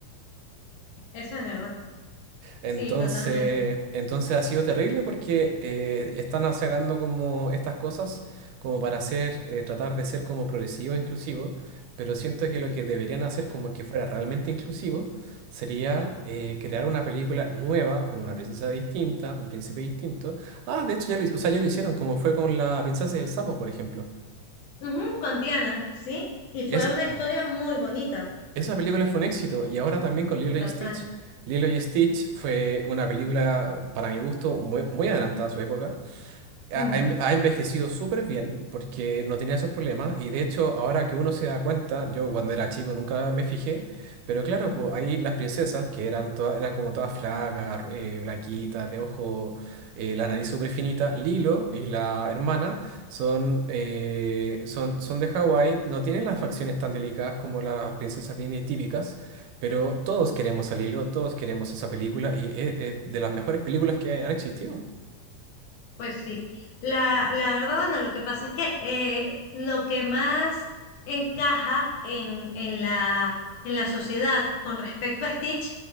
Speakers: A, on the left (about 70°); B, on the right (about 80°).
A: Eso es verdad.
B: Entonces,
A: Sí, totalmente.
B: entonces ha sido terrible porque eh, están sacando como estas cosas como para hacer, eh, tratar de ser como progresivo e inclusivo, pero siento que lo que deberían hacer como que fuera realmente inclusivo sería eh, crear una película nueva con una princesa distinta, un príncipe distinto. Ah, de hecho ya lo, hi- o sea, ya lo hicieron, como fue con la princesa y el sapo, por ejemplo.
A: Ujú, con Tiana, sí. Y fue
B: Es,
A: una historia muy bonita,
B: esa película fue un éxito y ahora también con Lilo
A: total.
B: y Stitch. Lilo y Stitch fue una película, para mi gusto, muy, muy adelantada a su época. ha,
A: Mm.
B: ha en- ha envejecido súper bien porque no tenía esos problemas y de hecho ahora que uno se da cuenta, yo cuando era chico nunca me fijé, pero claro, pues ahí las princesas que eran todas, eran como todas flacas, ru- eh, blanquitas, de ojo, eh, la nariz súper finita, Lilo y la hermana son, eh, son, son de Hawái, no tienen las facciones tan delicadas como las princesas Disney típicas. Pero todos queremos a Lilo, todos queremos esa película y es es de las mejores películas que han existido.
A: Pues sí, la, la verdad, bueno, lo que pasa es que eh, lo que más encaja en, en la, en la sociedad con respecto a Stitch